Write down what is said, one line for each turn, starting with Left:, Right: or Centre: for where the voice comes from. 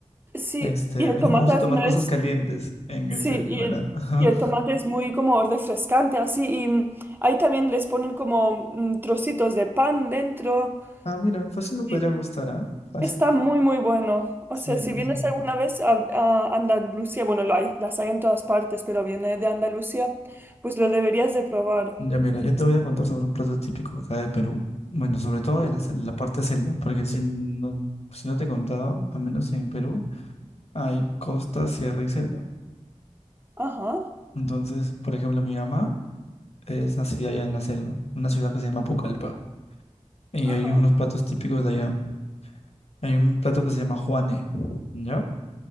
Right: Sí,
Left: este,
Right: y el
Left: a mí
Right: tomate
Left: no me gusta
Right: al
Left: tomar
Right: final
Left: cosas
Right: es
Left: calientes en
Right: Sí,
Left: el, cal- en
Right: y
Left: el verano.
Right: el,
Left: Ajá.
Right: y el tomate es muy como refrescante, así. Y mm, ahí también les ponen como mm, trocitos de pan dentro.
Left: Ah, mira, fácil me podría
Right: Y
Left: gustar, ¿ah? Fácil.
Right: está muy, muy bueno. O
Left: Sí,
Right: sea,
Left: Ángel.
Right: si vienes alguna vez a, a Andalucía, bueno, lo hay- las hay en todas partes, pero viene de Andalucía, pues lo deberías de probar.
Left: Ya mira, yo te voy a contar sobre un plato típico acá de Perú, bueno, sobre todo
Right: Ujú.
Left: de la, sel- la parte selva, porque si no, si no te he contado, al menos en Perú, hay costa, sierra y selva.
Right: Ajá,
Left: Entonces, por ejemplo, mi mamá es nacida allá en la selva, una ciudad que se llama Pucallpa. Y
Right: ajá.
Left: hay unos platos típicos de allá. Hay un plato que se llama Juane, ¿ya?